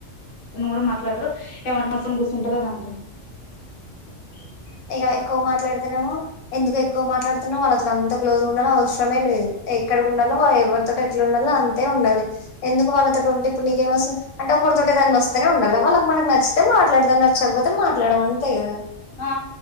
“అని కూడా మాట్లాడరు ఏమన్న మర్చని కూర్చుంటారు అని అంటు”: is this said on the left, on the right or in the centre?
Left